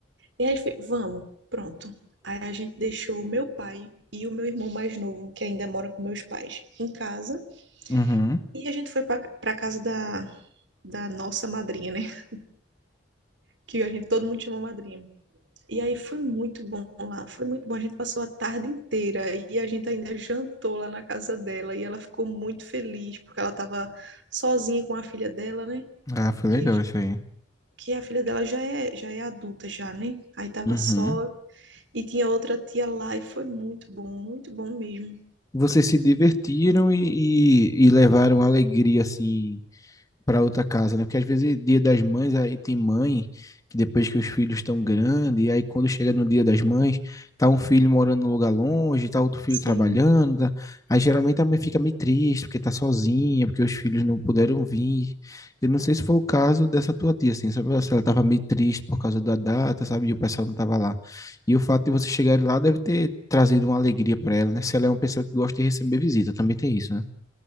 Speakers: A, on the right; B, on the left.
A: E aí foi, vamos, pronto. Aí a gente deixou o meu pai e o meu irmão mais novo, que ainda mora com meus pais, em casa.
B: uhum.
A: E a gente foi para a casa da, da nossa madrinha, né? <laughs> Que a gente todo mundo chama madrinha. E aí foi muito bom lá, foi muito bom. A gente passou a tarde inteira e a gente ainda jantou lá na casa dela e ela ficou muito feliz porque ela estava sozinha com a filha dela, né?
B: Ah, foi
A: Que
B: legal isso aí.
A: que a filha dela já é, já é adulta já, né? Aí tava
B: Uhum.
A: só e tinha outra tia lá e foi muito bom, muito bom mesmo.
B: Vocês se divertiram e, e, e levaram alegria, assim, para outra casa, né? Porque às vezes dia das mães aí tem mãe que depois que os filhos estão grandes, e aí quando chega no dia das mães, tá um filho morando num lugar longe, tá outro filho
A: Sim.
B: trabalhando, tá- aí geralmente a mãe fica meio triste porque tá sozinha, porque os filhos não puderam vir. Eu não sei se foi o caso dessa tua tia, assim, sabe? Se ela tava meio triste por causa da data, sabe? E o pessoal não tava lá. E o fato de você chegar lá deve ter trazido uma alegria para ela, né? Se ela é uma pessoa que gosta de receber visita, também tem isso, né?